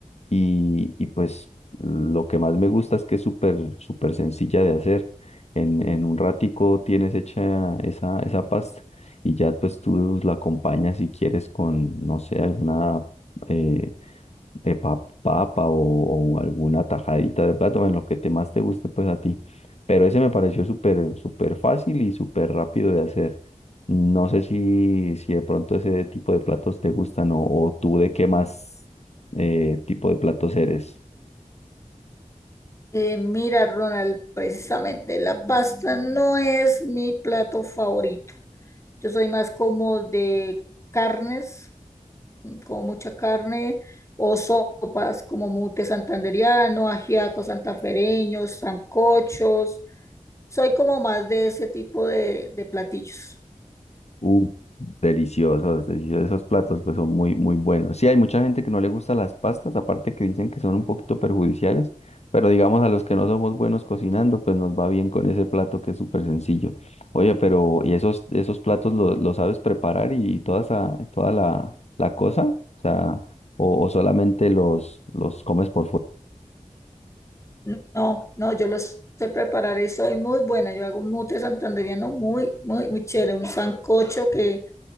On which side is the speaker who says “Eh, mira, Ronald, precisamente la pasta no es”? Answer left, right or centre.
Left